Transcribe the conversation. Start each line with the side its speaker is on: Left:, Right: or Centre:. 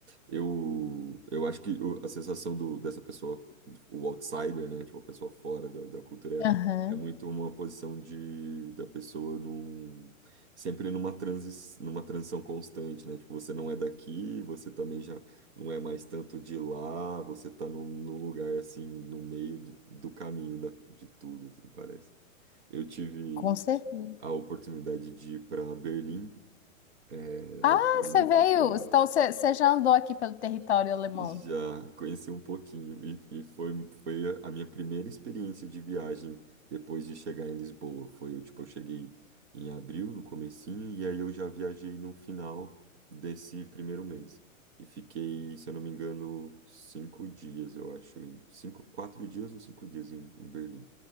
Right: Eu, eu acho que o- a sensação do, dessa pessoa, o outsider, né? Tipo, a pessoa fora da, da cultura,
Left: Aham.
Right: é, é muito uma posição de, da pessoa num, sempre numa transi, numa transição constante, né? Tipo, você não é daqui, você também já não é mais tanto de lá, você tá num, num lugar, assim, no meio do, do caminho da, de tudo, assim, parece. Eu tive
Left: Com certeza.
Right: a oportunidade de ir para Berlim, é,
Left: Ah,
Right: ao longo do
Left: você
Right: meu intercâmbio.
Left: veio. Então, você você já andou aqui pelo território alemão.
Right: Já conheci um pouquinho e, e foi, foi a minha primeira experiência de viagem depois de chegar em Lisboa. Foi, tipo, eu cheguei em abril, no comecinho, e aí eu já viajei no final desse primeiro mês. E fiquei, se eu não me engano, cinco dias, eu acho, em- cinco, quatro dias ou cinco dias em, em Berlim.